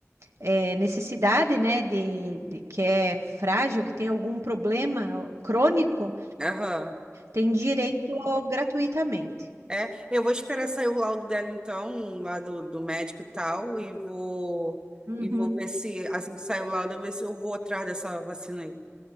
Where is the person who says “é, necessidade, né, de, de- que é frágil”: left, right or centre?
Right